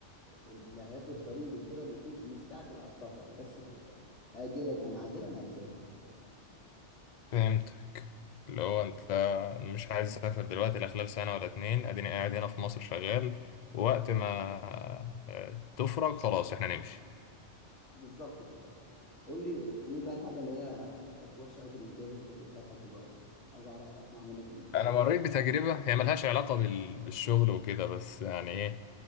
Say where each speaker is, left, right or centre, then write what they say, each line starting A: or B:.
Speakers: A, on the left; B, on the left.
A: اللي هياخد طريق انجلترا ما يكونش مستعجل على السفر بس كده. اجلا ام عاجلا هتسافر
B: فهمت اللي هو انت مش عايز اسافر دلوقتي لا خلال سنة ولا اتنين اديني قاعد هنا في مصر شغال ووقت ما آه، تفرج خلاص احنا نمشي
A: بالظبط كده قول لي ايه بقى الحاجه اللي هي كانت وحشه قوي في الامتياز انت شفتها لحد دلوقتي عايز اعرف اسمع منك ال-
B: انا مريت بتجربه هي ملهاش علاقه بال- بالشغل وكده بس يعني ايه